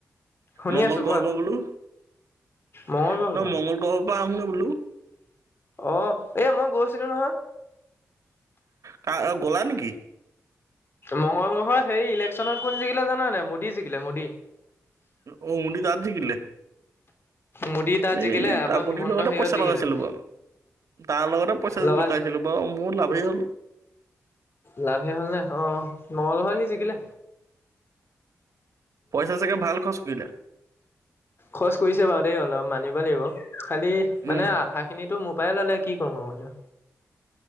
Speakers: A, on the left; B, on the right.
A: শুনি
B: মংগল
A: আছো কোৱা
B: গ্ৰহৰ পৰা বোলো, ন'
A: মঙ্গল গ্ৰহৰ পৰা
B: মংগল গ্ৰহৰ পৰা আহোগৈ বোলো
A: অ', এ মই গৈছিলো নহয়।
B: কা গলা নেকি?
A: মংগলগ্ৰহত সেই ইলেকশ্যনত কোন জিকিলে জানা নাই মোদী জিকিলে মোদী।
B: অ', মোদী তাত জিকিলে?
A: মোদী তাত
B: এই
A: জিকিলে আকৌ
B: তাপ্ৰতি
A: হিমন্ত
B: লগতে
A: হেৰিয়ত
B: পইচা
A: জিকিলে
B: লগাইছিলো বাৰু, তাৰ লগতে পইচা
A: লগাই
B: লকাইছিলো বাৰু। অ', মোৰ লাভেই হ'ল।
A: লাভে হ'ল নে অ', নহলে হয় সি জিকিলে।
B: পইচা চাগে ভাল খৰছ কৰিলা?
A: খৰছ কৰিছে বাৰু দেই অলপ মানিব লাগিব, খালি
B: উম,
A: মানে আধা খিনিতো মো পাই ললে কি কম আৰু এতিয়া?